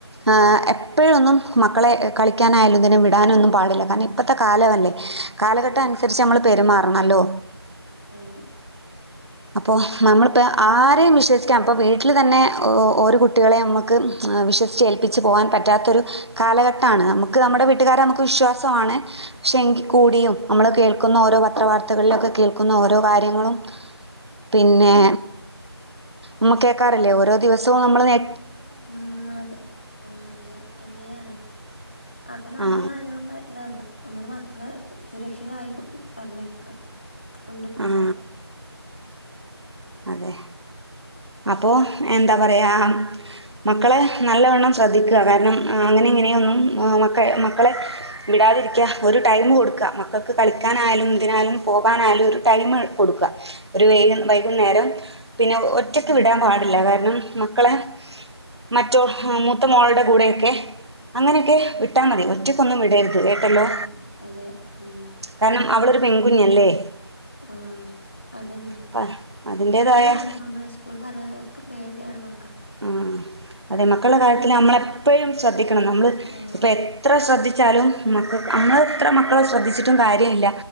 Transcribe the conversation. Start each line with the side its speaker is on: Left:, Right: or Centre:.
Right: ആഹ് എപ്പഴൊന്നും മക്കളെ കളിക്കാനായാലും ഇതിനും വിടാനൊന്നും പാടില്ല കാരണം ഇപ്പത്തെ കാലമല്ലേ കാലഘട്ടം
Left: ഉം
Right: അനുസരിച്ച് അമ്മള് പെരുമാറണല്ലോ
Left: അതെ
Right: അപ്പൊ
Left: നമ്മള്
Right: നമ്മള്പ്പ
Left: കുട്ടികളൊക്കെ
Right: ആ
Left: എത്ത
Right: വിശ്വസിക്കാം ഇപ്പം വീട്ടില് തന്നെ ഒര് കുട്ടികളെയും അമ്മക്ക് വിശ്വസിച്ച് ഏൽപ്പിച്ച് പോവാൻ പറ്റാത്തൊരു കാലഘട്ട
Left: ആഹ്
Right: ആണ് അമുക്ക് അമ്മുടെ
Left: അതെ
Right: വീട്ടുകാരെ അമുക്ക് വിശ്വാസമാണ് പക്ഷെ എങ്കിൽ
Left: ഉം
Right: കൂടിയും അമ്മള് കേൾക്കുന്ന ഓരോ പത്ര വർത്തകളിലൊക്കെ കേൾക്കുന്ന ഓരോ കാര്യങ്ങളും പിന്നെ അമ്മ കേക്കാറില്ലേ ഓരോ ദിവസവും അമ്മള് നേ
Left: ഉം അട് ആ അതെ അങ്ങനേണ് അപ്പൊ നമ്മള്
Right: ആ
Left: നല്ലോം ക ഇതാവാ അമ്മള് മക്കളെ സുരക്ഷിതായി കൊ പറഞ്ഞയ്ക്കാ കൊണ്ട് പോവാ
Right: ആ അതെ അപ്പോ എന്താ പറയാ മക്കളെ നല്ലവണ്ണം ശ്രദ്ധിക്കാ കാരണം അങ്ങനെ ഇങ്ങനെയൊന്നും മക്ക മക്കളെ വിടാതിരിക്കാ ഒരു ടൈമ് കൊട്ക്കാ മക്കക്ക് കളിക്കാനായാലും ഇതിനായാലും പോകാനായാലും ഒരു ടൈമ് കൊട്ക്കാ ഒരു
Left: ആഹ്
Right: വൈക് വൈകുന്നേരം പിന്നെ ഒറ്റക്ക്
Left: അതെ
Right: വിടാം പാടില്ല കാരണം മക്കളെ മറ്റോ മൂത്ത മോള്ടെ കൂടെയൊക്കെ അങ്ങനെക്കെ
Left: ആഹ്
Right: വിട്ടാ മതി ഒറ്റക്കൊന്നും വിടര്ത് കേട്ടല്ലോ
Left: ഉം അതെ ഉം
Right: കാരണം അവളൊരു പെൺകുഞ്ഞല്ലേ
Left: ആഹ് അതന്നെ
Right: അപ്പം അതിൻ്റെതായ
Left: ഏഴ് ആൺക്കു അമ്മളെ സ്കൂൾക്ക് പറഞ്ഞയ ഒക്കെ പേടിയാണ് മ
Right: ഉം അതെ മക്കളെ കാര്യത്തിൽ
Left: വരോ
Right: നമ്മളെപ്പോഴും ശ്രദ്ധിക്കണം നമ്മൾ
Left: ആഹ്
Right: ഇപ്പം എ ത്ര ശ്രദ്ധിച്ചാലും മക്കൾ അമ്മൾ ഇത്ര മക്കളെ ശ്രദ്ധിച്ചിട്ടും കാര്യമില്ല